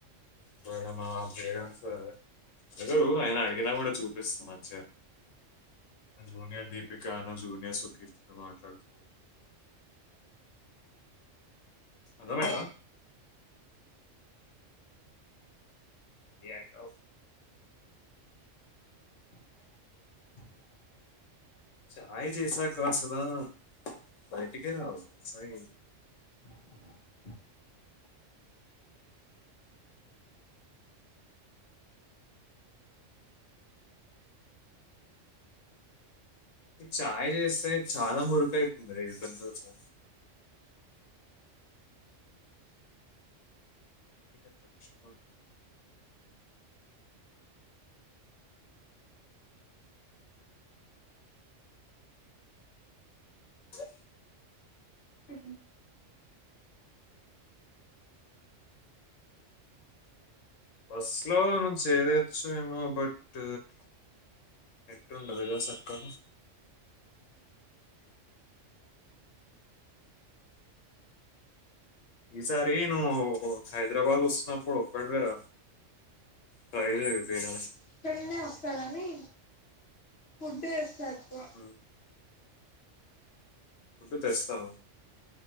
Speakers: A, on the left; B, on the left.
A: ఒకవేళ మా పేరెంట్స్ అడగరు ఆయన అడిగినా కూడా చూపిస్త మంచిగా నా జూనియర్ దీపిక నా జూనియర్ సుకీర్తితో మాట్లాడుతున్నాను అర్థమైందా ఏ కావు
B: ట్రైన్ సౌండ్
A: చాయ్ చేస్తా కాస్తదా భటికే కావు సయి
B: ట్రైన్ సౌండ్
A: చాయ్ చేస్తే చాలా మురుక అవుతుంది ఇక ఏం చేస్తావ్ సవాల్ ఆ
B: ఊ హు
A: బస్సు లో ను చేదేయచ్చు ఏమో బట్ ఎట్లుంటదో అసలు గా ఈసారి నువ్వు హైదరాబాద్ వస్తున్నప్పుడు ఒటివేరా సైడ్ అయిపోయిన
B: ఇక్కడనే వస్తారని ఫుడ్ తెస్తారు
A: ఉమ్, ఫుడ్ తెస్తావా